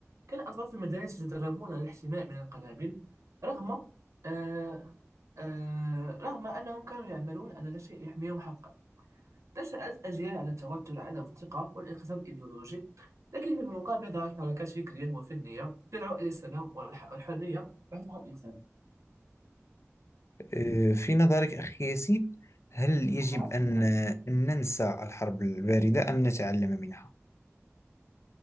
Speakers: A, on the right; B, on the left.
A: كان الأطفال في المدارس يتدربون على الاحتماء من القنابل رغم آه، آه، رغم أنهم كانوا يعملون على لا شيء يحميهم حقا نشأت أجيال على التوتر عدم الثقة والانقسام الإيديولوجي لكن في المقابل ظهرت حركات فكرية وفنية تدعو إلى السلام والح- والحرية بحيث الإنسان
B: آه، في نظرك أخي ياسين هل يجب
A: نعم.
B: أن ننسى الحرب الباردة أم نتعلم منها؟